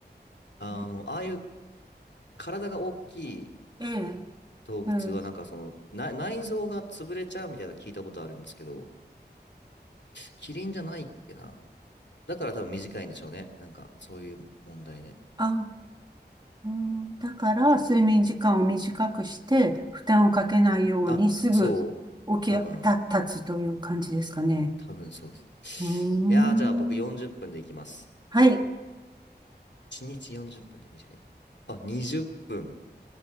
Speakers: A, on the left; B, on the right.
A: あの、
B: ええ、
A: ああいう体が大きい、
B: え
A: 動物はなんかその、
B: え、ええ
A: な、内臓が潰れちゃうみたいなの聞いたことあるんですけど、キリンじゃないっけな。だから多分短いんでしょうね。なんかそういう問題で。
B: あ、うん、だから、睡眠時間を短くして、負担をかけないように、
A: あ、
B: すぐ
A: そう。
B: 起きた、
A: 多分、
B: 立つという感じですかね。
A: 多分そうです。
B: うーん。
A: いやー、じゃあ僕40分でいきます。
B: はい。
A: 1日40分っぷんって短い。あ、20分。